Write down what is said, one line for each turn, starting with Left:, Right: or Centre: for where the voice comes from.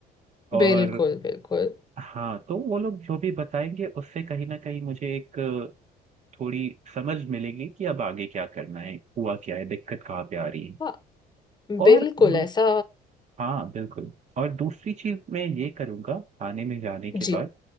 Right: और
Left: बिल्कुल बिल्कुल
Right: हाँ तो वो लोग जो भी बताएंगे उससे कहीं ना कहीं मुझे एक अ, थोड़ी समझ मिलेगी कि अब आगे क्या करना है हुआ क्या है दिक्कत कहाँ पे आ रही है
Left: हाँ
Right: और
Left: बिल्कुल
Right: दूस-
Left: ऐसा
Right: हाँ बिल्कुल और दूसरी चीज मैं ये करूंगा थाने में जाने के
Left: जी
Right: बाद